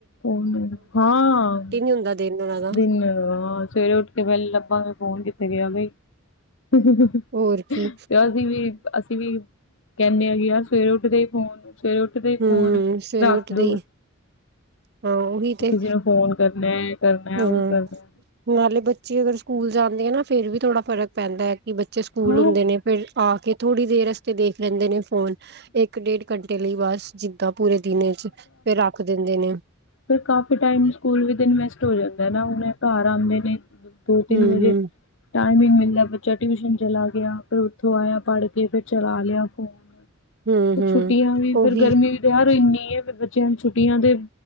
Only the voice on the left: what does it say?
ਉਹ ਨੌ ਹਾਂ
ਦਿਨ ਹਾਂ ਸਵੇਰੇ ਉੱਠ ਕੇ ਪਹਿਲੇ ਲੱਭਾਂਗੇ। ਫੋਨ ਕਿੱਥੇ ਗਿਆ ਬਈ। ਤੇ
ਅਸੀਂ ਵੀ ਅਸੀਂ ਵੀ। ਕਹਿੰਦੇ ਆਗੇ ਵੀ ਆ ਸਵੇਰੇ ਉੱਠਦੇ। ਫੋਨ ਸਵੇਰੇ ਉੱਠਦੇ
ਹੀ ਫੋਨ
ਰੱਖ
ਦਓ।
ਕਿਸੇ ਨੂੰ ਫੋਨ ਕਰਨਾ ਕਰਨਾ
ਉਹ ਕਰਨਾ।
ਹਾਂ
ਫੇਰ ਕਾਫੀ ਟਾਈਮ ਸਕੂਲ ਵੀ ਦਿਨ ਵੈਸਟ ਹੋ ਜਾਂਦਾ ਨਾ ਹੁਣੇ ਇਹ ਘਰ ਆਉਂਦੇ ਨੇ। ਦੋ ਤਿੰਨ
ਵਜੇ। ਟਾਈਮ ਹੀ ਨਹੀਂ ਮਿਲਦਾ ਬੱਚਾ ਟਿਊਸ਼ਨ ਚਲਾ ਗਿਆ ਫਿਰ ਉੱਥੋਂ ਆਇਆ ਪੜ੍ਹ ਕੇ ਫਿਰ ਚਲਾ ਲਿਆ ਫੋਨ।
ਫੇਰ ਛੁੱਟੀਆਂ ਵੀ
ਫੇਰ ਗਰਮੀ ਯਾਰ ਇੰਨੀ। ਬੱਚਿਆਂ ਛੁੱਟੀਆਂ ਦੇ